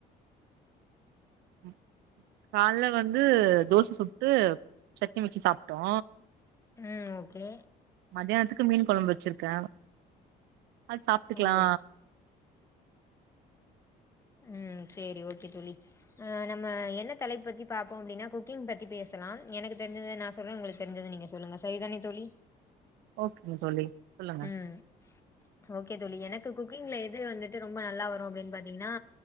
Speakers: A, on the right; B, on the left.
A: <unintelligible> கால்ல வந்து தோச சுட்டு சட்னி வச்சு சாப்டோ
B: ம் ஓகே
A: மதியானத்துக்கு மீன் குழம்பு வச்சிருக்கே அது சாப்டுக்கிலா
B: ஓ ம் சேரி ஓகே தோழி ஆ நம்ம என்ன தலைப்பு பத்தி பாப்போ அப்டினா குக்கிங் பத்தி பேசலா எனக்கு தெரிஞ்சது நா சொ சொல்ற உங்களுக்கு தெரிஞ்சது நீங்க சொல்லுங்க சரிதானே தோழி
A: ஓகேங்க தோழி சொல்லுங்க
B: ம் ஓகே தோழி எனக்கு குக்கிங்ல எது வந்துட்டு ரொம்ப நல்லா வரு அப்டின் பாத்தீங்னா